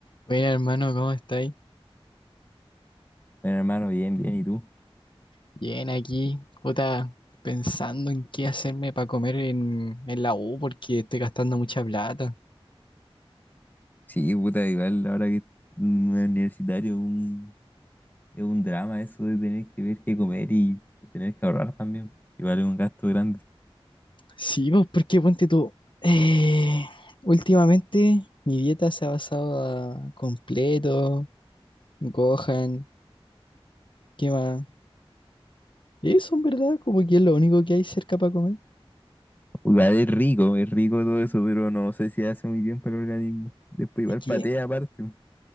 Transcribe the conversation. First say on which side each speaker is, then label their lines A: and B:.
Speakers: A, on the left; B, on the left.
A: Bueno, hermano, ¿cómo estáis?
B: Bueno, hermano, bien, bien, ¿y tú?
A: Bien, aquí, puta, pensando en qué hacerme para comer en, en la U porque estoy gastando mucha plata.
B: Sí, puta, igual ahora que es un universitario un- es un drama eso de tener que ver qué comer y tener que ahorrar también. Igual es un gasto grande.
A: Sí, pues, porque ponte tú. eh, últimamente mi dieta se ha basado a completo, Gohan, ¿qué más? Eso, en verdad, como que es lo único que hay cerca para comer.
B: Igual es rico, es rico todo eso, pero no sé si hace muy bien para el organismo. Después igual
A: Es que,
B: patea aparte.